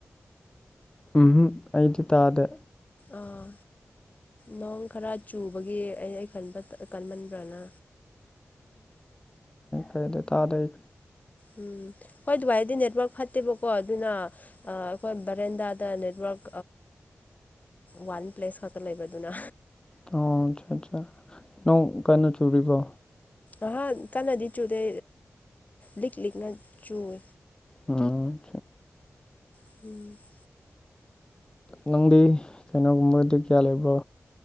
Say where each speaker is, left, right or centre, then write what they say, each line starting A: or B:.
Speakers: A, on the left (about 20°); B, on the left (about 35°).
A: ꯎꯨꯝꯍꯨꯝ ꯑꯩꯗꯤ ꯇꯥꯗ
B: ꯑꯥ ꯅꯣꯡ ꯈꯔ ꯆꯨꯕꯒꯤ ꯑꯩ ꯑꯩ ꯈꯟꯕ ꯀꯟꯃꯟꯕ꯭ꯔꯅ
A: ꯀꯩꯗ ꯇꯥꯗ
B: ꯎꯝ ꯍꯣꯏ ꯚꯏꯗꯤ ꯅꯦꯠꯋꯥꯔꯛ ꯐꯠꯇꯦꯕꯀꯣ ꯑꯗꯨꯅ ꯑꯩꯈꯣꯏ ꯕꯔꯦꯟꯗꯥꯗ ꯅꯦꯠꯋꯥꯔꯛ ꯋꯥꯟ ꯄ꯭ꯂꯦꯁ ꯈꯛꯇ ꯂꯩꯕꯗꯨꯅ
A: ꯑꯣ ꯑꯆꯥ ꯑꯠꯆꯥ ꯅꯣꯡ ꯀꯟꯅꯣ ꯆꯨꯔꯤꯕꯣ
B: ꯑꯍꯥꯟ ꯀꯥꯟꯟꯅꯗꯤ ꯆꯨꯗꯦ ꯂꯤꯛ ꯂꯤꯛꯅ ꯆꯨꯏ
A: ꯎꯝ
B: ꯎꯝ
A: ꯅꯪꯗꯤ ꯀꯩꯅꯣꯒꯨꯝꯕꯗꯤ ꯀꯌꯥ ꯂꯩꯕ꯭ꯔꯣ